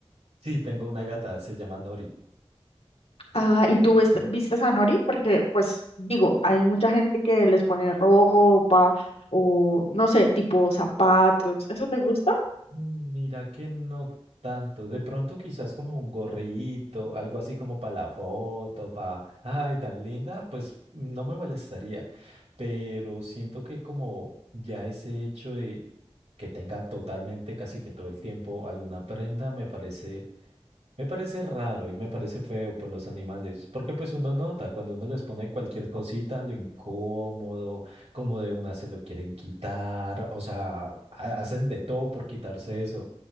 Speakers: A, on the right (about 80°); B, on the left (about 70°).
A: Sí, tengo una gata, se llama Nori.
B: Ah, ¿y tú viste, vistes a Nori? Porque, pues, digo, hay mucha gente que les pone ropa o, no sé, tipo zapatos. ¿Eso te gusta?
A: Mira que no tanto. De pronto quizás como un gorrito, algo así como para la foto, para, ay, tan linda, pues no me molestaría. Pero siento que como ya ese hecho de que tenga totalmente casi que todo el tiempo alguna prenda, me parece me parece raro y me parece feo por los animales, porque pues uno nota cuando uno les pone cualquier cosita, lo incómodo, como de una se lo quieren quitar, o sea, ha- hacen de todo por quitarse eso.